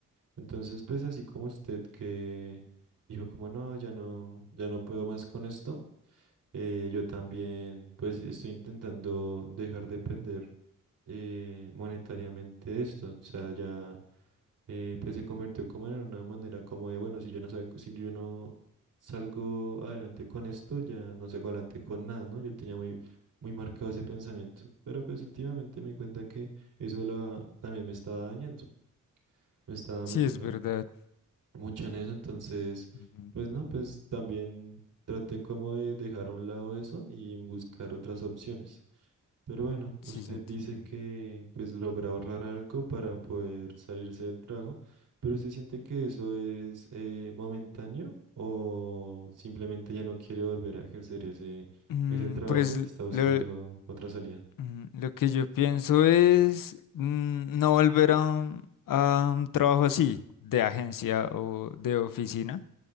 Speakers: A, on the right; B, on the left.
A: Entonces, pues así como usted que dijo como no, ya no, ya no puedo más con esto. Eh, yo también, pues estoy intentando dejar de depender eh, monetariamente de esto. O sea, ya eh, pues se convirtió como en una manera como de, bueno, si yo no salgo, si yo no salgo adelante con esto, ya no salgo adelante con nada, ¿no? Yo tenía muy, muy marcado ese pensamiento. Pero pues últimamente me di cuenta que eso la, también me estaba dañando, me estaba
B: Sí,
A: metiendo
B: es verdad.
A: mucho en eso, entonces,
B: Ujú.
A: pues no, pues también traté como de dejar a un lado eso y buscar otras opciones. Pero bueno,
B: Sí,
A: usted
B: sí, entiendo.
A: dice que pues logra ahorrar algo para poder salirse del trabajo, pero ¿usted siente que eso es eh, momentáneo o simplemente ya no quiere volver a ejercer ese,
B: Mm,
A: ese trabajo
B: pues
A: y está buscando
B: lo,
A: otra salida?
B: mm, lo que yo pienso es mm, no volver a un, a un trabajo así, de agencia o de oficina